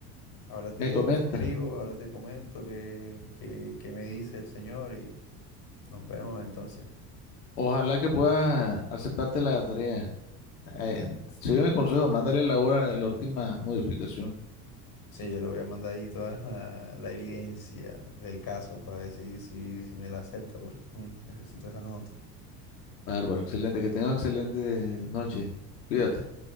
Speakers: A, on the left; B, on the left.
A: ahora te,
B: Me comenta.
A: te escribo, ahora te comento qué, qué- qué me dice el señor y nos vemos entonces.
B: Ojalá que puedas aceptarte la tarea. Eh, sigue mi consejo, mándale la hora de la última modificación.
A: Sí, yo le voy a mandar ahí toda la, la evidencia del caso para decir si, si si me la acepta, porque mm, necesito esa nota.
B: Bárbaro, excelente. Que tengas excelente noche. Cuídate.